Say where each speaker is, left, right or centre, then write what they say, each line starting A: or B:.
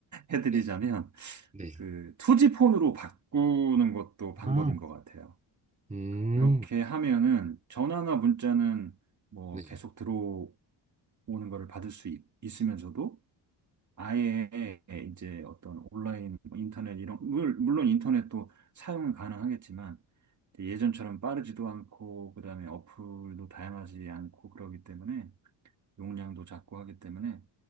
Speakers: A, on the right; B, on the right.
A: 해드리자면
B: 네, 네.
A: 그 투지폰으로 바꾸는 것도 방법인
B: 아,
A: 것 같아요.
B: 음,
A: 그렇게 하면은 전화나 문자는 뭐
B: 네.
A: 계속 들어오는 것을 받을 수 있, 있으면서도 아예 이제 어떤 온라인 뭐 인터넷 이런 물- 물론 인터넷도 사용은 가능하겠지만 예전처럼 빠르지도 않고 그다음에 어플도 다양하지 않고 그러기 때문에 용량도 작고 하기 때문에